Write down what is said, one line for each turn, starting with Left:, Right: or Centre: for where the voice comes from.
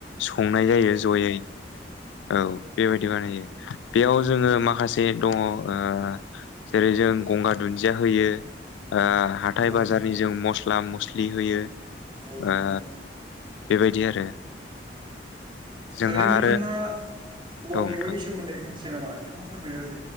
Left: संनाय जायो जयै औ बेबायदि बानायो। बेयाव
Right: उम
Left: जोङो
Right: औ
Left: माखासे दङ ओ जेरै जों गंगार दुन्दिया होयो ओ हाथाय बाजारनि
Right: औ
Left: जों मस्ला मस्लि होयो
Right: औनोथां।
Left: ओ बेबायदि आरो जोंहा
Right: ओरैनो नोंथाङा
Left: आरो
Right: औवा
Left: औ
Right: मेवाइनि
Left: नोंथां
Right: सोमोन्दै मिथिया नामा बेखौबो फोरमायनो